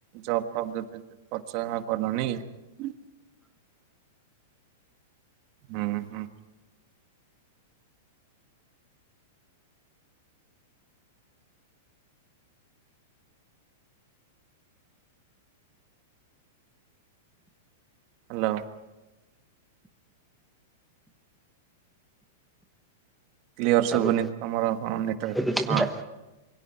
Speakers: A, on the right; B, in the centre.
A: ଜବ ଶବ୍ଦ ପ୍ରଶାହାା କରଲନି <unintelligible> ହୁଁ ହୁଁ ହାଲୋ କ୍ଲିଅର ଶୁଭୁନି
B: ହ୍ୟାଲୋ
A: ତମରଟ
B: ଏବେ ଶୁଭିଲା
A: ହଁ